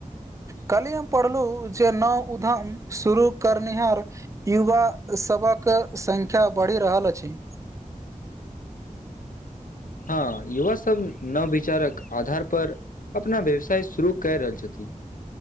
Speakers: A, on the right; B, on the left.
A: कल्हि हम पढ़लूं जे नव उधम शुरू करनिहार युवा सबक संख्या बढ़ि रहल अछि
B: हँ युवा सब नवविचारक आधारपर अपना व्यवसाय शुरू कए रहल छथिन